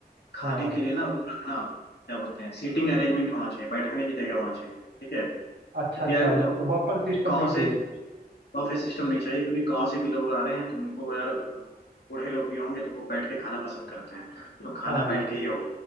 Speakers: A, on the left (about 85°); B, on the right (about 80°).
A: खाने
B: हाँ
A: के लिए ना वो रखना क्या बोलते हैं सीटिंग अरेंजमेंट होना चाहिए बैठने की जगह होना चाहिए ठीक है क्योंकि
B: अच्छा अच्छा
A: यार देखो,
B: बफर सिस्टम
A: गाँव
B: नहीं
A: से
B: चाहिए
A: बफे सिस्टम नहीं चाहिए क्योंकि गांव से भी लोग आ रहे हैं तो उनको यार अ, बूढ़े लोग भी होंगे तो वो बैठ के खाना पसंद करते हैं तो खाना
B: हाँ हाँ
A: बैठ के ही होगा